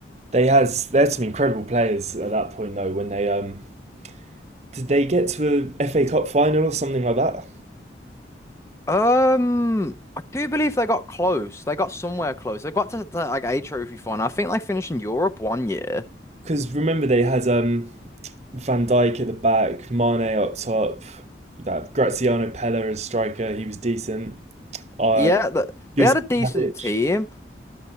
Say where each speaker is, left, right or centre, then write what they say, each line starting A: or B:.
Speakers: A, on the right; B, on the left.
A: they has they had some incredible players at that point though. When they um, did they get to a FA Cup final or something like that?
B: Um, I do believe they got close. They got somewhere close. They got to, to, like a trophy final. I think they finished in Europe one year.
A: Because remember they had um, Van Dijk at the back, Mane up top, that Graziano Pella as striker. He was decent. Uh,
B: Yeah, th
A: Juicy
B: they had a decent
A: Savic.
B: team.